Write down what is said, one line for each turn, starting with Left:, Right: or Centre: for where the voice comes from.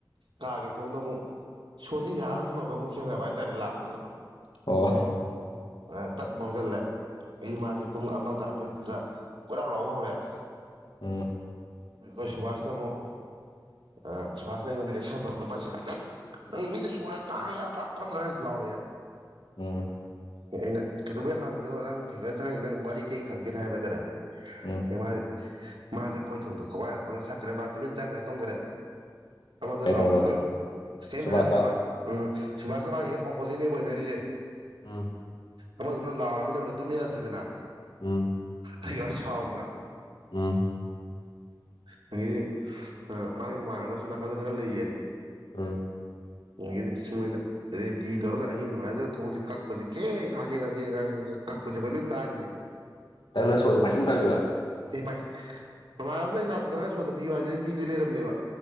Right: ꯀꯥꯒꯤ ꯊꯣꯡꯗ ꯑꯃꯨꯛ ꯁꯣꯁꯦ ꯌꯥꯔꯒ ꯊꯝꯃꯝꯕ ꯑꯃꯨꯛ ꯊꯦꯡꯅꯕ ꯍꯥꯏꯇꯥꯥꯔꯦ ꯂꯥꯛꯄꯗꯨꯗ
Left: ꯑꯣ
Right: ꯑ ꯊꯛꯄ ꯆꯜꯂꯦ ꯑꯩ ꯃꯥꯁꯦ ꯄꯨꯡ ꯑꯃ ꯇꯥꯔꯛꯄꯩꯗ ꯀꯣꯏꯔꯥꯎ ꯂꯥꯎꯕ ꯍꯧꯔꯛꯑꯦ
Left: ꯑꯣꯝ
Right: ꯑꯩꯈꯣꯏ ꯁꯨꯕꯥꯁꯅ ꯑꯃꯣ ꯑ ꯁꯁ ꯕꯥꯅ ꯌꯣꯟ ꯑꯦꯛꯁꯟ ꯇꯧꯣꯔꯒꯄꯕꯥꯁꯦ ꯂꯩ ꯅꯪ ꯅꯪ ꯃꯤꯅ ꯁꯨꯉꯥꯏꯗ ꯍꯥꯏ ꯌꯥꯗ꯭ꯔꯥ ꯈꯣꯠꯇ꯭ꯔꯥꯪꯥꯎꯔꯦ
Left: ꯎꯝ
Right: ꯑꯩꯅ ꯀꯩꯗꯧꯕꯩ ꯍꯥꯡꯗꯣꯏꯅꯣ ꯅꯪ ꯐꯤꯡꯒꯔ ꯆꯪꯉꯁꯤ ꯅꯪ ꯋꯥꯔꯤ ꯀꯩ ꯈꯪꯒꯦ ꯍꯥꯏꯕ ꯇꯥꯔꯦ
Left: ꯎꯝ
Right: ꯃꯥꯁꯦ ꯃꯥꯁꯦ ꯑꯩꯈꯣꯏ ꯊꯣꯡꯗꯣ ꯈꯣꯡꯋꯥꯏꯔꯝꯃꯒ ꯁꯛꯈ꯭ꯔꯦ ꯃꯥ ꯇꯨꯃꯤꯟ ꯆꯪꯈ꯭ꯔꯦ ꯇꯨꯝꯈꯔꯦ ꯑꯃꯗ
Left: ꯀꯩꯅꯣꯔꯣ
Right: ꯂꯥꯎꯕꯁꯨꯅꯩꯝ
Left: ꯁꯨꯕꯥꯁꯂꯣ
Right: ꯍꯥꯏꯔꯕꯗꯦ ꯃꯥ ꯁꯨꯕꯥꯁꯀꯤ ꯃꯥꯥꯡ ꯍꯦꯛ ꯑꯣꯄꯣꯖꯤꯠꯅꯦꯕ ꯑꯣꯏꯅꯔꯤꯁꯦ
Left: ꯎꯝ
Right: ꯑꯃꯗ ꯅꯣꯏ ꯂꯥꯎꯔꯕꯃꯤꯅ ꯑꯃꯗ ꯇꯨꯝꯃꯤꯟꯅꯁꯤꯁꯤꯅ
Left: ꯑ
Right: ꯁꯤ ꯁꯥꯎꯔꯤꯕ
Left: ꯎꯝ
Right: ꯍꯥꯏꯗꯤ ꯃꯥꯒꯤ ꯃꯃꯥꯟꯅꯕ ꯁꯣ ꯅꯥꯀꯟꯗ ꯈꯔ ꯂꯩꯌꯦ
Left: ꯎꯝ
Right: ꯗꯤ ꯁꯨꯃꯥꯏꯅ ꯔꯦꯇꯤ ꯇꯧꯔꯒ ꯑꯍꯤꯡ ꯅꯨꯡꯉꯥꯏꯗꯅ ꯊꯣꯡꯁꯤꯦ ꯀꯛꯄꯁꯤꯦ ꯀꯦ ꯀꯛꯀꯦ ꯀꯥꯀꯦ ꯀꯛꯄꯁꯦ ꯑꯩꯈꯣꯏ ꯂꯣꯏ ꯇꯥꯔꯤꯅꯦꯕ
Left: ꯇꯅ ꯁꯣꯄꯁꯅ ꯊꯥꯡꯕꯤꯒ
Right: ꯑꯦ ꯄꯥꯏ ꯃꯃꯥꯟ ꯑꯃꯗ ꯑꯩ ꯅꯥꯗ ꯆꯪꯒ ꯁꯣꯗ ꯄꯤꯌꯨ ꯍꯥꯏꯗꯩꯅ ꯄꯤꯗꯣꯏ ꯂꯩꯔꯝꯅꯦꯕ